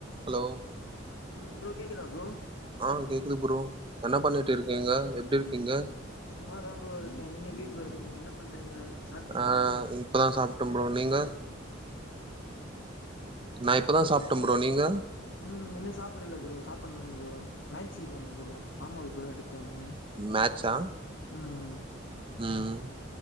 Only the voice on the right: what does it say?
hello
ஆஹ கேக்குது ப்ரோ என்ன பண்ணிட்டு இருக்கீங்க எப்டி இருக்கீங்க
ஆ இப்பதா சாப்ட்ட ப்ரோ நீங்க நா இப்பதா சாப்டே ஃப்ரோ நீங்க
மேச்சா
ம்